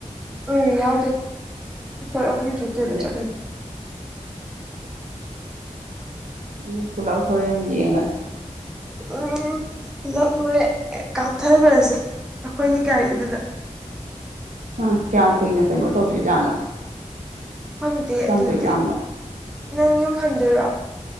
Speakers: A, in the centre; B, on the right.
A: ꯎꯝ ꯌꯥ ꯣꯏꯍꯖꯇ
B: ꯑꯗꯩ
A: ꯆ
B: ꯅꯨ ꯀꯂꯥ ꯐꯣꯔ ꯌꯦ ꯉꯁꯤ
A: ꯎꯝ ꯑꯣꯞ ꯍꯔꯦ ꯀꯥꯞ ꯊꯔꯒꯁꯤ ꯑꯩꯈꯣꯏꯒꯤ ꯒꯥꯔꯤꯗꯨꯗ
B: ꯑ ꯀꯌꯥꯝ ꯀꯨꯏꯅ ꯀꯩꯅꯣ ꯇꯧꯗꯣꯏꯖꯥꯠꯅꯣ
A: ꯐꯪꯗꯦ
B: ꯆꯪꯗꯣꯏꯖꯥꯠꯅꯣ
A: ꯑꯗꯨꯗꯤ ꯅꯪ ꯌꯨꯝꯍꯟꯗꯣꯏꯔꯣ